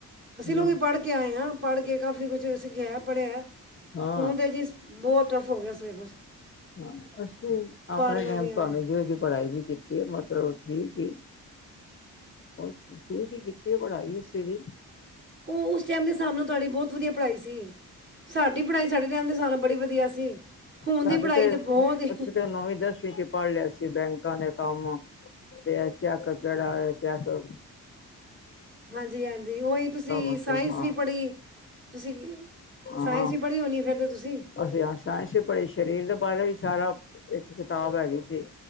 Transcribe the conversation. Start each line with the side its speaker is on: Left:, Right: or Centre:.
Right: ਅਸੀਂ
Left: ਹੂੰ
Right: ਲੋਕ ਪੜ੍ਹ ਕੇ ਆਏ ਹਾਂ ਪੜ੍ਹ ਕੇ ਕਾਫ਼ੀ ਕੁਛ ਸਿਖਿਆ ਪੜ੍ਹਿਆ
Left: ਹਾਂ
Right: ਹੁਣ ਤੇ ਜੀ ਬਹੁਅਤਫੋ ਗਸਮਸ
Left: ਹ ਅਸੀਂ ਆਪਣੇ
Right: ਇਹਨਾਂ
Left: ਟਾਈਮ
Right: ਦੀਆਂ
Left: ਭਾਵੇਂ ਜ ਇਹਦੀ ਪੜ੍ਹਾਈ ਵੀ ਕੀਤੀ ਹੈ ਮਤਲਬ ਠੀਕ ਹੀ ਠੀਕ ਹੀ ਕੀਤੀ ਬਣਾਾਈ ਅਸੀਂ ਵੀ
Right: ਉਹ ਉਸ ਟਾਈਮ ਦੇ ਹਿਸਾਬ ਨਾਲ ਤੁਹਾਡੀ ਬਹੁਤ ਵਧੀਆ ਪੜ੍ਹਾਈ ਸੀ ਸਾਡੀ ਪੜ੍ਹਾਈ ਸਾਡੇ ਟਾਈਮ ਦੇ ਹਿਸਾਬ ਨਾਲ ਬੜੀ ਵਧੀਆ ਸੀ ਹੁਣ
Left: ਸਾਡੇ
Right: ਦੀ ਪੜ੍ਹਾਈ
Left: ਤੇ
Right: ਤਾਂ ਬਹੁਤ ਹੀ
Left: ਅਸੀਂ ਤੇ ਨੌਵੀਂ ਦਸਵੀਂ ਚ ਪੜ੍ਹ ਲਿਆ ਸੀ ਬੈਂਕਾਂ ਦੇ ਕੰਮ ਤੇ ਚੈੱਕਅਪ ਕਿਹੜਾ ਹੋ ਚੈਕਅ
Right: ਹਾਂਜੀ ਹਾਂਜੀ ਉਹੀ ਤੁਸੀਂ
Left: ਮਤਲਬ
Right: ਸਾਇੰਸ
Left: ਹਾਂ
Right: ਵੀ ਪੜ੍ਹੀ ਤੁਸੀਂ
Left: ਹਾਂ
Right: ਸਾਇੰਸ ਵੀ ਪੜ੍ਹੀ ਹੋਣੀ ਫਿਰ ਤਾਂ ਤੁਸੀਂ
Left: ਅਸੀਂ ਹ ਸਾਇੰਸ ਵੀ ਪੜ੍ਹੇ ਸਰੀਰ ਦੇ ਬਾਰੇ ਵੀ ਸਾਰਾ ਇੱਕ ਕਿਤਾਬ ਹੈਗੀ ਸੀ